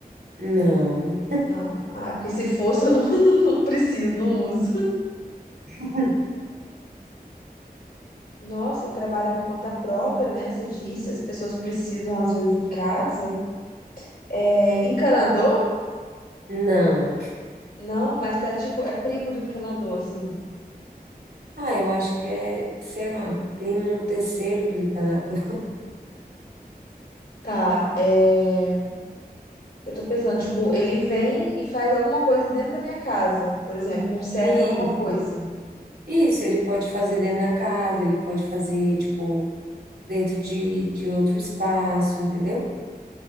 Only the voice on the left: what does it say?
Não. Ah, porque se fosse, eu não, <laughs> não preciso, não uso.
Nossa, trabalha por conta própria, né? Você disse, as pessoas precisam às vezes em casa. É, encanador?
Não, mas tá tipo, é primo do encanador, assim.
Tá, é. Eu tô pensando, tipo, ele vem e faz alguma coisa dentro da minha casa, por exemplo, conserta
alguma coisa.